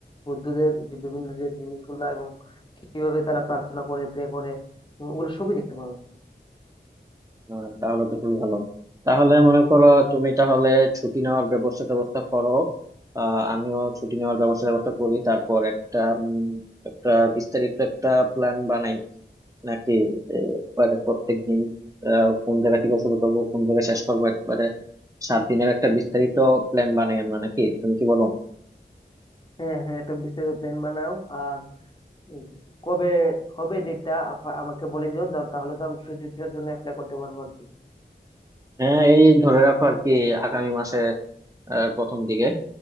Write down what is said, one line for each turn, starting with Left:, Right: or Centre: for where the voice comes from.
Left: বৌদ্ধদের যে বিভিন্ন যে জিনিসগুলা এবং কিভাবে তারা প্রার্থনা করে প্রে করে ও- ওগুলো সবই দেখতে পাবে
Right: আহ, তাহলে তো খুবই ভালো তাহলে মনে করো তুমি তাহলে ছুটি নেওয়ার ব্যবস্থা ব্যবস্থা করো আহ আমিও ছুটি নেওয়ার ব্যবস্থা ব্যবস্থা করি তারপর একটা উম, একটা বিস্তারিত একটা প্ল্যান বানাই নাকি একবারে প্রত্যেক দিন কোন জায়গা থেকে শুরু করবো কোন জায়গায় শেষ করবো একবারে সাত দিনের একটা বিস্তারিত প্ল্যান বানাই আমরা নাকি তুমি কি বলো
Left: হ্যাঁ হ্যাঁ একটা বিস্তারিত প্ল্যান বানাও আর উম, কবে হবে ডেটটা আমাকে বলে দিও যা- তাহলে তো আমি ছুটিটার জন্য অ্যাপ্লাই করতে পারবো আর কি
Right: হ্যাঁ এই ধরে রাখো আর কি আগামী মাসে প্রথম দিকে